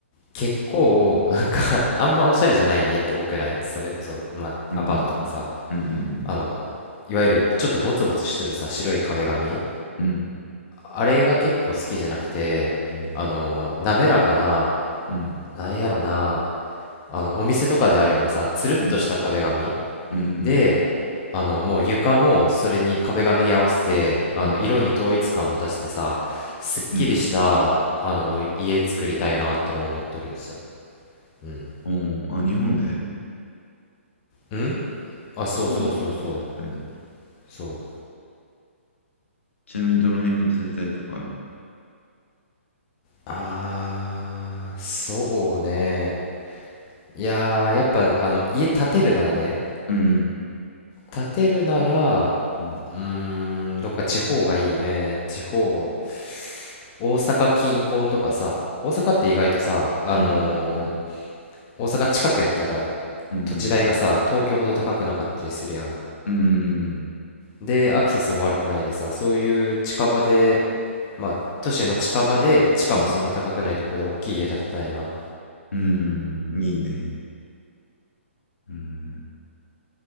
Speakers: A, on the left; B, on the left.
A: 結構、<laughs> あんまおしゃれじゃない家って多くないそれこそ、まあアパートとかさ、
B: うん、うん、うん、
A: あの、いわゆるちょっとボツボツしてるさ、白い壁紙。
B: うん、うん、
A: あれが結構好きじゃなくて、
B: うん、
A: あのー滑らかな、
B: うん、
A: なんやろな、あのお店とかであるようなさつるっとした壁紙
B: うん、うん、うん、
A: であのもう床もそれに壁紙に合わせてあの色に統一感持たせてさすっきりしたあの家作りたいなってのを思ってるさ
B: うん、
A: うん
B: うん、あ、日本で
A: うんあそうそうそうそう
B: 日本で建てたいの。
A: そう
B: ちなみにどの辺に建てたいとかある
A: あーそうねいやーやっぱあの家建てるならね
B: うん、
A: 建てるなら
B: うん、
A: うーんどっか地方がいいね地方大阪近郊とかさ、大阪って意外とさ、あのー
B: うん、うん、
A: 大阪近くやったら
B: うん、
A: 土地代がさ、東京ほど高くなかったりするやん。
B: うん、うん、うん、
A: で、アクセスも悪くないでさ、そういう近場で、まあ、都市の近場で、地価もそんな高くないとこで大きい家建てたいな。
B: うん、うんいいね。うん、